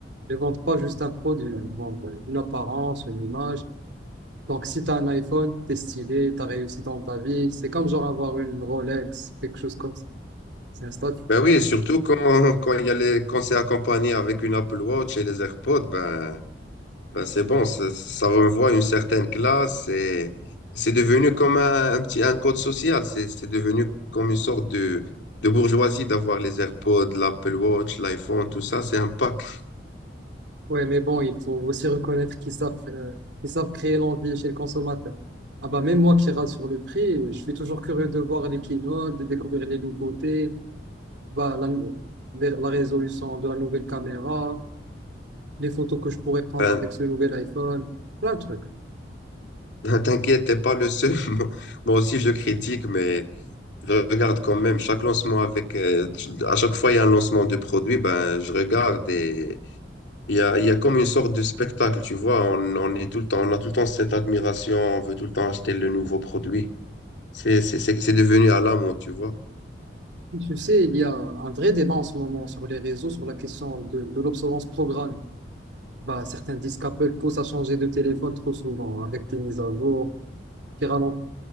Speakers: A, on the right; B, on the left.
A: Ils ne vendent pas juste un produit, ils vendent une apparence, une image. Donc, si tu as un iPhone, tu es stylé, tu as réussi dans ta vie. C'est comme genre avoir une Rolex, quelque chose comme ça. C'est un statut.
B: Ben oui, et surtout quand, quand il y a les, quand c'est accompagné avec une Apple Watch et les AirPods, ben, ben c'est bon, ça, ça renvoie une certaine classe et c'est devenu comme un, un petit, un code social. C'est, c'est devenu comme une sorte de, de bourgeoisie d'avoir les AirPods, l'Apple Watch, l'iPhone, tout ça, c'est un pack.
A: Ouais, mais bon, il faut aussi reconnaître qu'ils savent, euh, qu'ils savent créer l'envie chez le consommateur. Ah bah, même moi qui rate sur le prix, je suis toujours curieux de voir les quinoa, de découvrir les nouveautés. bah, la, les- la résolution de la nouvelle caméra, les photos que je pourrais prendre
B: Ben,
A: avec ce nouvel iPhone, plein de trucs.
B: Ben, T'inquiète, t'es pas le seul. <laughs> Moi moi aussi, je critique, mais je regarde quand même chaque lancement avec. euh, tu- à chaque fois, il y a un lancement de produit, ben, je regarde et il y a, il y a comme une sorte de spectacle, tu vois. On, on est tout le temps, on a tout le temps cette admiration, on veut tout le temps acheter le nouveau produit. C'est, c'est, c'est c'est devenu à la tu vois.
A: Tu sais, il y a un vrai débat en ce moment sur les réseaux sur la question de, de l'obsolescence programmée. Bah, certains disent qu'Apple pousse à changer de téléphone trop souvent avec les mises à jour qui ralentissent